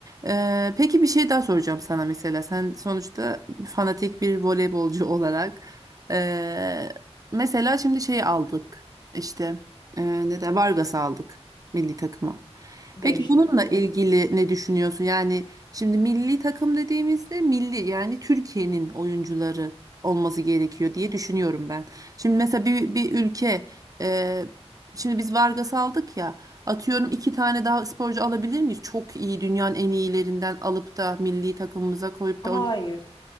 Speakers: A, on the right; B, on the left.
A: Ee, peki bir şey daha soracağım sana mesela. Sen sonuçta fanatik bir voleybolcu <laughs> olarak. ee, mesela şimdi şeyi aldık. İşte ee, ne de Vargas'ı aldık milli takıma.
B: devşirdik
A: Peki bununla
B: evet.
A: ilgili ne düşünüyorsun? Yani şimdi milli takım dediğimizde milli yani Türkiye'nin oyuncuları olması gerekiyor diye düşünüyorum ben. Şimdi mesela bir, bir ülke e, şimdi biz Vargas'ı aldık ya atıyorum
B: Hı
A: iki
B: hı.
A: tane daha sporcu alabilir miyiz? Çok iyi dünyanın en iyilerinden alıp da milli takımımıza koyup
B: Hayır,
A: da oyn-